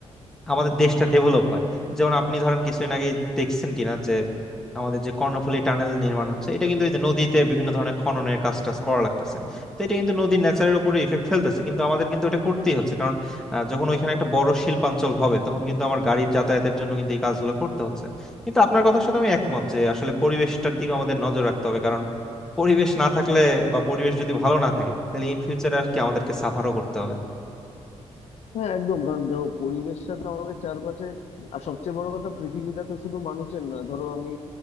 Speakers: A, in the centre; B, on the left (about 70°).
A: আমাদের দেশটা ডেভেলপ হয় যেমন আপনি ধরেন কিছুদিন আগে দেখছেন কিনা যে আমাদের যে কর্ণফুলী টানেল নির্মাণ হচ্ছে এটা কিন্তু এই যে নদীতে বিভিন্ন ধরনের খননের কাজ টাজ করা লাগতেছে তো এটা কিন্তু নদীর ন্যাচারের উপরে ইফেক্ট ফেলতেছে কিন্তু আমাদের কিন্তু এটা করতেই হচ্ছে কারণ আহ, যখন ওইখানে একটা বড় শিল্পাঞ্চল হবে তখন কিন্তু আমার গাড়ির যাতায়াতের জন্য কিন্তু এই কাজগুলো করতে হচ্ছে কিন্তু আপনার কথার সাথে আমি একমত যে আসলে পরিবেশটার দিকে আমাদের নজর রাখতে হবে কারণ পরিবেশ না থাকলে বা পরিবেশ যদি ভালো না থাকে তাহলে ইন ফিউচার আর কি আমাদেরকে সাফারও করতে হবে
B: হ্যাঁ একদম কারণ দেখো পরিবেশটা তো আমাদের চারপাশে আর সবচেয়ে বড় কথা পৃথিবীটা তো শুধু মানুষের না ধরো আমি